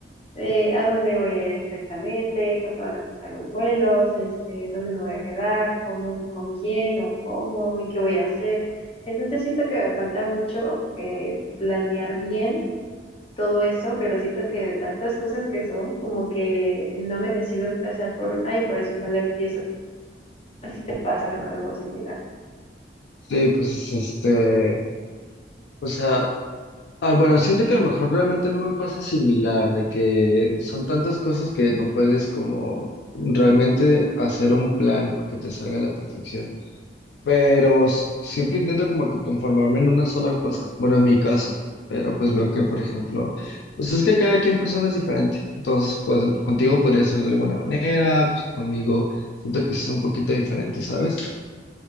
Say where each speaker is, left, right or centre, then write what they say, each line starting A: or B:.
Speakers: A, on the left (about 35°); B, on the left (about 70°).
A: eh, a dónde voy a ir exactamente, cuánto van a costar los vuelos, este, dónde me voy a quedar, cómo, con quién o cómo y qué voy a hacer. Entonces siento que me falta mucho eh, planear bien todo eso, pero siento que de tantas cosas que son, como que no me decido a empezar por una y por eso no la empiezo. Me pasa algo similar.
B: Sí, pues este, o sea, ah, bueno, siento que a lo mejor realmente no me pasa similar, de que son tantas cosas que no puedes como realmente hacer un plan que te salga a la perfección, pero s- siempre intento como que conformarme en una sola cosa, bueno, en mi caso, pero pues veo que, por ejemplo, pues es que cada quien persona es diferente, entonces pues contigo podría ser de alguna manera, pues conmigo siento que sí es un poquito diferente, ¿sabes?